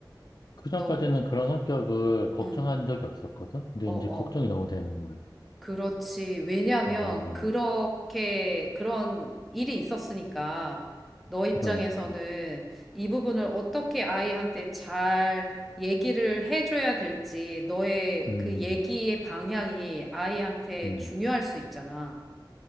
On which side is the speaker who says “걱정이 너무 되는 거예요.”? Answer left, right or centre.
Left